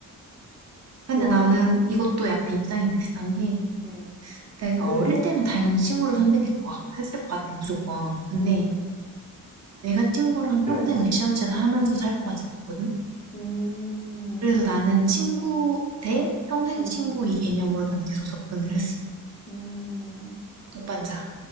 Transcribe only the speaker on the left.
뭐
할래?
음.
그래도?
음, 음.
<clears throat>
음,
음,
음.